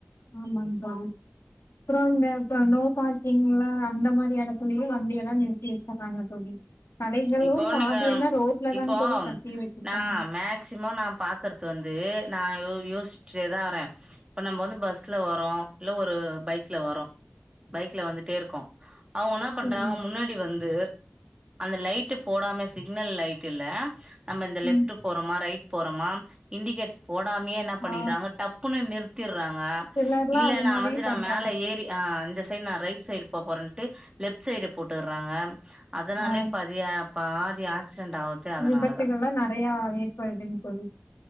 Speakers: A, on the left (about 75°); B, on the right (about 20°).
A: ஆமாங் தோழி அப்புற இந்த இப்ப நோ பார்க்கிங்ல அந்த மாரி எடத்துலயு வண்டி எல்லா நிறுத்தி வச்சர்றாங்க தோழி கடைகளு
B: இப்போ
A: பாதி
B: நீங்க
A: எல்லா ரோட்ல
B: இப்போ
A: தாங்க தோழி கட்டி வச்சிருக்காங்க
B: நா மேக்சிமம் நா பாக்கறது வந்து நா யோசிச்சிட்டேதா வர்ற இப்ப நம்ம வந்து பஸ்ல வரோ இல்ல ஒரு பைக்ல வரோ பைக்ல வந்துட்டேருக்கோ அவுங்க என்னா பண்றாங்க
A: ம்
B: முன்னாடி வந்து அந்த லைட் டு போடாம சிக்னல் லைட் இல்ல நம்ம இந்த லெஃப்ட்
A: ம்
B: போறமா ரைட் போறமா இண்டிகேட் போடாமயே என்ன பண்ணிடாங்க
A: ஆ
B: டப்புன்னு நிறுத் றாங்க
A: சிலர்லா
B: இல்லனா
A: அது மாரியு
B: வந்து நா
A: பண்றாங்க
B: மேல
A: தோழி
B: ஏறி ஆ இந்த த சைடு நா ரைட் சைடு போப்போறேன்ட்டு லெஃப்ட் சைடு போட்டர்றாங்க அதனாலே
A: ஆ
B: பதிய பாதியா ஆக்ஷிடன்ட் ஆவறதே அதனாலதா
A: விபத்துகள்லா நெறையா ஏற்படுதுங்க தோழி